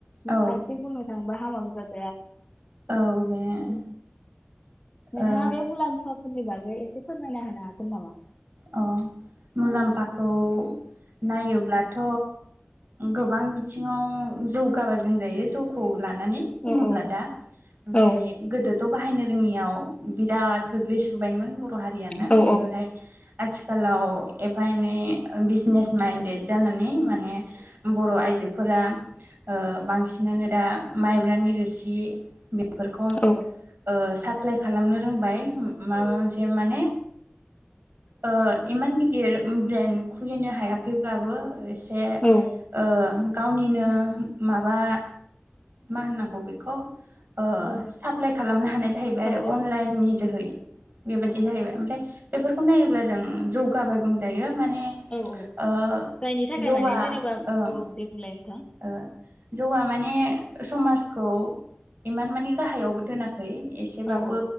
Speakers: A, on the right; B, on the left.
A: औ
B: फारसेथिं बुंनो थांबा <unintelligible>
A: औ बेनो।
B: नोंथाङा
A: ओ
B: बे मुलामफाफोरनि बा गै एसे फोरमायना होनो हागोन नामा?
A: अ मुलाम्फाखौ नायोब्लाथ' गोबां बिथिङाव जौगाबाय बुंजायो जौखौ ला नानै
B: औ
A: बुङोब्ला
B: औ
A: दा ओमफाय
B: औ
A: गोदो थ' बाहायनो रोङियाव बिराद गोग्लै सुबायमोन बर' र' हारियानो
B: औ
A: ओमफ्राय आथिखालाव एफा एनै बिजनेस माइनदेद जानानै माने बर' आइजोफोरा ओ बांसिनानो दा माइब्रानि रोसि बेफोरखौ ओ
B: औ
A: सा एप्लाइ खालामनो रोंबाय माबा मोनसे माने ओ इमान गिदिर ब्रेन्ड खुलिनो हायाखैब्लाबो ए से
B: औ
A: ओ गावनिनो माबा मा होननांगौ बेखौ ओ
B: औ
A: साप्लाय खालामनो हानाय जाहैबाय
B: औ
A: आरो अनलाइननि जोहै बेबायदि
B: औ औ
A: जाहैबाय। ओमफ्राय बेफोरखौ नायोब्ला जौगाबाय बुंजायो माने
B: औ औ
A: ओ
B: जायनि थाखाय
A: जौवा
B: माने जेनेबा
A: ओं
B: औ दे बुंलाय। नोंथां
A: ओ जौवा माने समाजखौ इमान मानि गाहायावबो दोना खै एसेबाबो
B: औ औ